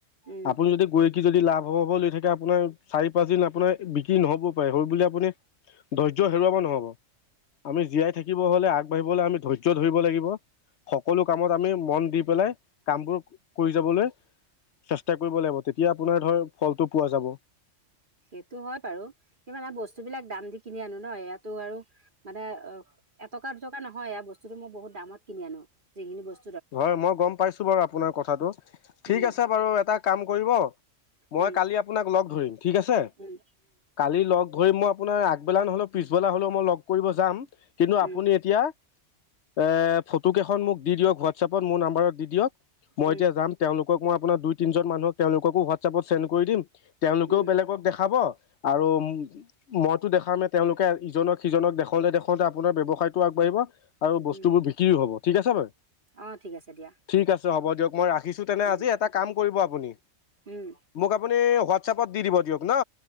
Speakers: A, on the right; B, on the left.
A: উম
B: আপুনি যদি গৈ কি যদি লাভ হ'ব, হ'ব লৈ থাকে আপোনাৰ চাৰি পাঁচ দিন আপোনাৰ বিক্ৰী নহবও পাৰে, হ'ল বুলি আপুনি ধৈৰ্য্য হেৰুৱাব নহব। আমি জীয়াই থাকিব হ'লে আগবাঢ়িব আমি ধৈৰ্য ধৰিব লাগিব, সকলো কামত আমি মন দি পেলাই, কামবোৰ কৰি যাবলৈ চেষ্টা কৰিব লাগিব। ‌ তেতিয়া আপোনাৰ ধৰ ফলটো পোৱা যাব।
A: সেইটো হয় বাৰু, কিন্তু মানে বস্তুবলাক দাম দি কিনি আনোঁ ন, ইয়াতো আৰু মানে অ এটকা দুটকা নহয়, এই বস্তুতটো মই বহুত দামত কিনি আনোঁ যিখিনি বস্তু
B: হয় মই গম পাইছোঁ বাৰু আপোনাৰ কথাটো। ঠিক
A: উম
B: আছে বাৰু এটা কাম কৰিব, মই
A: উম
B: কালি আপোনাক লগ ধৰিম। ঠিক আছে,
A: উম
B: কালি লগ ধৰিম মই আপোনাৰ আগবেলা নহ'লেও পিছবেলা হ'লেও মই কৰিব যাম, কিন্তু
A: উম
B: আপুনি
A: উম
B: এতিয়া এ ফটো কেইখন মোক দি দিয়ক ঘৰত হোৱাতচএপত মোৰ নাম্বৰত দি দিয়ক। মই
A: উম
B: এতিয়া যাম, তেওঁলোকক মই আপোনাৰ দুই তিনজন মানুহক তেওঁলোককো হোৱাটছএপত চেণ্ড কৰি দিম। তেওঁলোকেও
A: উম
B: বেলেগক দেখাব। আৰু মইতো দেখামে, তেওঁলোকে, ইজনক সিজনক দেখাওঁতে, দেখাওঁতে আপোনাৰ ব্যৱসায়টো আগবাঢ়িব। আৰু বস্তুবোৰ
A: উম
B: বিক্ৰীও হ'ব, ঠিক আছে বাৰু।
A: অঁ ঠিক আছে দিয়া
B: ঠিক আছে হ'ব দিয়ক। মই ৰাখিছোঁ তেনে
A: উম
B: আজি এটা কাম কৰিব আপুনি,
A: উম
B: মোক আপুনি এ হোৱাটচএপত চাপত দি দিব দিয়ক ন।